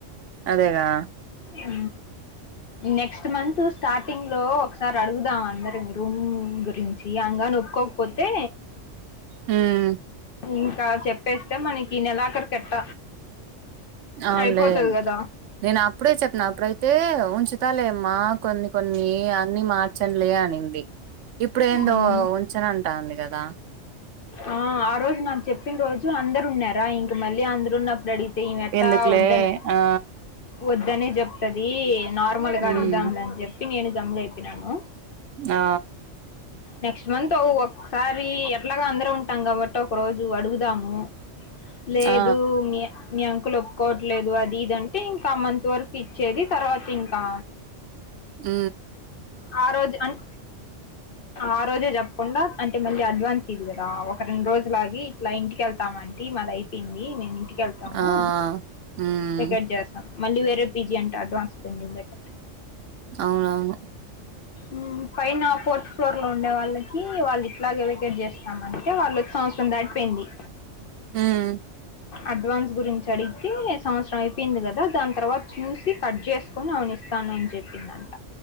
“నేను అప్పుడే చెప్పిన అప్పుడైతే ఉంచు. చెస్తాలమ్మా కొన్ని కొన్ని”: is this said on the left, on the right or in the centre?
Right